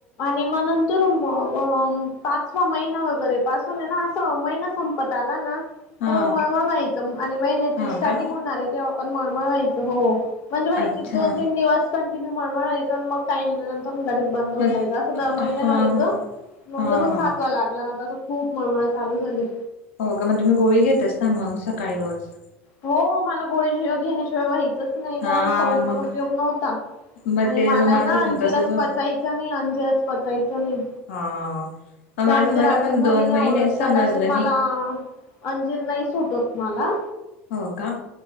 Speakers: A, on the left; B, on the left.
A: किंवा नंतर <unintelligible> उमा अग पाचवा महिना वगैरे पासून आहे ना असं महिना संपत आला ना
B: हा
A: हो मळमळ व्हायचं आणि महिन्याची
B: हा
A: स्टार्टिंग
B: का
A: होणार आहे तेव्हा पण मळमळ व्हायचं हो. म्हणजे व्हायचंच
B: अच्छा
A: दोन तीन दिवस कंटिन्यू मळमळ व्हायचं आणि मग काही नाही मग नंतर लगेच बंद होऊन
B: मग
A: जायच. दर महिन्याला
B: हा
A: व्हायचं,
B: हा
A: मग
B: हा
A: जस सातवा लागला ना तसं खूप मळमळ चालू झाली
B: हो का मग तुम्ही गोळी घेतस ना मग सकाळी रोज.
A: हो मला गोळी घेण्याशिवाय व्हायचंच नाही कारण
B: हा
A: खाऊन पण
B: मग
A: उपयोग नव्हता.
B: मग
A: आणि
B: ते
A: मलाय
B: मग माझं
A: ना अंजीरच
B: पण तसच होत
A: पचायचं नाही, अंजीरच पचायचं नाही.
B: हा
A: ते
B: माझं
A: अंजीर
B: मला
A: अजून
B: पण दोन
A: मले नाही
B: महिने
A: आवडत.
B: समजलं
A: कदाचित मला
B: नाही
A: अंजीर नाही सुट होत मला.
B: हो का.